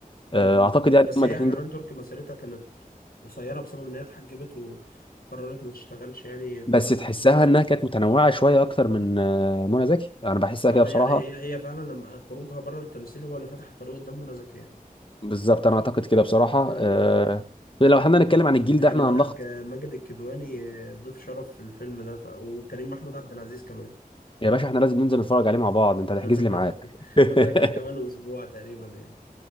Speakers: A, on the left (about 80°); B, on the left (about 35°).
A: مم.
B: آه، اعتقد يعني
A: بس
B: هما
A: هي
B: الاثنين
A: حنان
B: دول
A: ترك مسيرتها كانت قصيره بسبب ان هي اتحجبت وقررت ما تشتغلش يعني غير-
B: بس تحسها انها كانت متنوعه شويه اكتر من آه، منى زكي انا بحسها
A: اه
B: كده بصراحه
A: يعني هي هي فعلا لما خروجها بره التمثيل هو اللي فتح الطريق قدام منى زكي يعني.
B: بالظبط انا اعتقد كده بصراحه
A: مم.
B: آه، لو احنا نتكلم عن الجيل
A: خلي
B: ده احنا
A: بالك
B: هنلخص
A: آه، ماجد الكدواني آه، ضيف شرف في الفيلم ده ف... وكريم محمود عبد العزيز كمان
B: يا باشا احنا لازم ننزل نتفرج عليه مع بعض انت هتحجز
A: <laughs>
B: لي معاك <laughs>
A: وكده كده كمان اسبوع تقريبا يعني